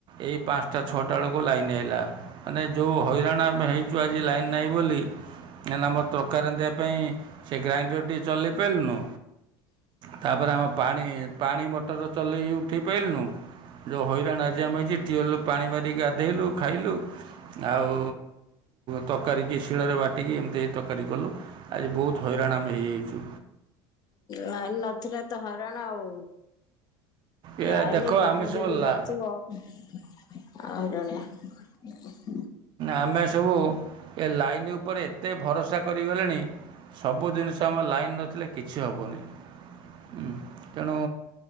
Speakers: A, on the right (about 45°); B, on the left (about 35°).
A: ଏଇ ପାଞ୍ଚଟା ଛଅଟା ବେଳକୁ ଲାଇନ ଆଇଲା ମାନେ ଯଉ ହଇରାଣ ଆମେ ହେଇଛୁ ଆଜି ଲାଇନ ନାହିଁ ବୋଲି କଁନା ଆମର ତରକାରୀ ରାନ୍ଧିବା ପାଇଁ ସେ ଗ୍ରାଇଣ୍ଡରଟି ଚଲେଇ ପାରିଲୁନୁ। ତାପରେ ଆମ ପାଣି ପାଣି ମଟର ଚଲେଇକି ଉଠେଇ ପାରିଲୁନୁ। ଯେଉଁ ହଇରାଣ ଆଜି ଆମେ ହେଇଛି ଟିଅଲରୁ ପାଣି ମାରିକି ଗାଧେଇଲୁ ଖାଇଲୁ। ଆଉ ତରକାରୀ କି ଶିଳରେ ବାଟିକି ଏମିତି ଏ ତରକାରୀ କଲୁ। ଆଜି ବହୁତ ହଇରାଣ ଆମେ ହେଇଯାଇଛୁ।
B: ନାଇ ନଥିଲା ତ ହଇରାଣ ଆଉ।
A: ଏ
B: ଲାଇନ
A: ଦେଖ
B: ଫ୍ୟାନ
A: ଆମେ ସବୁ
B: ଯଦି ନଥିବ। ଆଉ ହଇରାଣୀୟା।
A: ଆମେ ସବୁ ଏ ଲାଇନ୍ ଉପରେ ଏତେ ଭରସା କରିଗଲେଣି ସବୁ ଜିନିଷ ଆମ ଲାଇନ୍ ନଥିଲେ କିଛି ହେବନି ହୁଁ ତେଣୁ